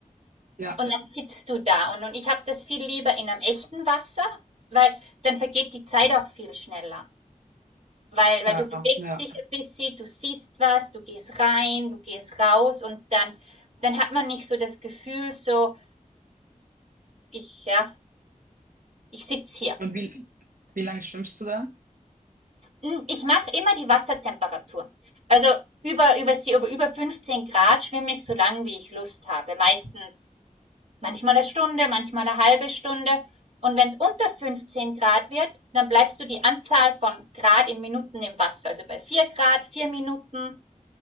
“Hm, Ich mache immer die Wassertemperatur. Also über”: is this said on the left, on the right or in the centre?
Right